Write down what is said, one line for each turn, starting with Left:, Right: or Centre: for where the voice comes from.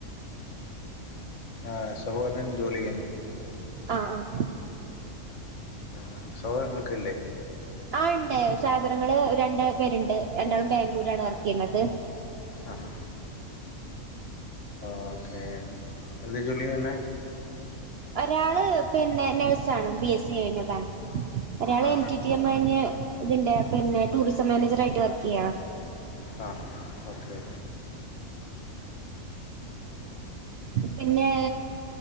Left: ആ സഹോദരൻ ജോലി ചെയ്യുന്നു.
Right: ആഹ് ആഹ്.
Left: ആഹ് സഹൊദരങ്ങളൊക്കെല്ലെ
Right: ആഹ് ഇണ്ട് സഹോദരങ്ങള് രണ്ട് പേരുണ്ട് രണ്ടാളും ബാംഗ്ലൂരാണ് വർക്കെയ്യുന്നത്.
Left: ആഹാ. ഓക്കെ, എന്ത് ജോല്യായ്യുന്നെ?
Right: ഒരാള് പിന്നെ നേഴ്സാണ് ബി എസ് സി കഴിഞ്ഞതാണ് ഒരാള്
Left: ആ
Right: എം ടി. റ്റി എം കയ്ഞ്ഞ് ഇതിന്റെ പിന്നെ ടൂറിസം മാനേജറായിട്ട് വർക്കെയ്യാണ്.
Left: ആഹ് ഹാ ഹാ ഓക്കെ.
Right: പിന്നേ